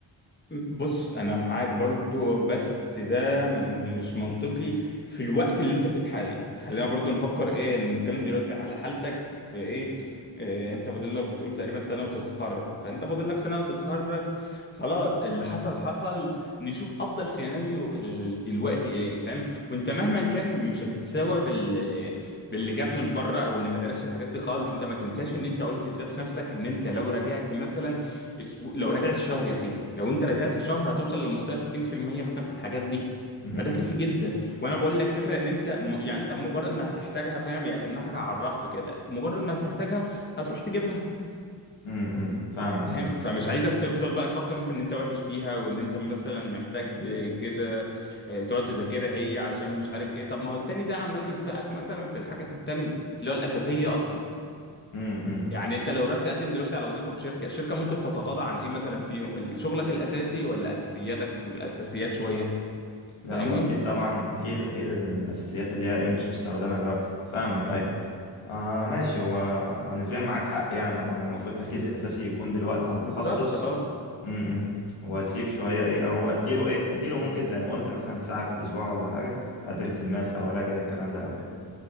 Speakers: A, on the left; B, on the left.
A: بص انا معاك برضو بس ده م- مش منطقي في الوقت اللي انت فيه الحالي خلينا برضو نفكر ايه نتكلم دلوقتي على حالتك في ايه, إيه انت فاضل لك بتقول تقريبا سنة وتتخرج فانت فاضل لك سنة وتتخرج خلاص اللي حصل حصل نشوف افضل سيناريو ال- دلوقتي ايه فاهم وانت مهما كان مش هتتساوى بال باللي جاب من بره او اللي ما درسش الحاجات دي خالص انت ما تنساش ان انت قلت بذات نفسك ان انت لو رجعت مثلا اسبوع لو رجعت شهر يا سيدي لو انت رجعت شهر هتوصل لمستوى 60% مثلا في الحاجات دي
B: أمم،
A: فده كافي جدا وانا بقول لك فكره ان انت م... يعني انت مجرد ما هتحتاجها فاهم يعني كانها حاجه على الرف كده مجرد ما هتحتاجها هتروح تجيبها
B: أمم، أمم، فاهمك
A: فاهم
B: أيوة
A: فمش عايزك تفضل بقى تفكر مثلا ان انت وحش فيها وان انت مثلا محتاج كده اه، تقعد تذاكرها هي علشان مش عارف ايه طب ما هو التاني ده عمال يسبقك مثلا في الحاجات التانية اللي هو الاساسيه اصلا
B: أمم، أمم.
A: يعني انت لو رحت تقدم دلوقتي على وظيفة في شركة الشركة ممكن تتغاضى عن ايه مثلا فيهم ال- شغلك الاساسي ولا اساسياتك الاساسيات شوية
B: لا
A: فاهمني
B: هو أكيد طبعا أكيد أكيد الأساسيات اللي هي إيه مش مستخدمة دلوقتي فاهمك أيوة آه ماشي هو ونسبيا معاك حق يعني وأنا المفروض تركيزي الأساسي يكون دلوقتي على التخصص
A: بالظبط اه
B: أمم، أمم. وأسيب شوية إيه أو أديله إيه أديله ممكن زي ما قلت مثلا ساعة في الأسبوع ولا حاجة أدرس الماس أو أراجع الكلام ده أو كده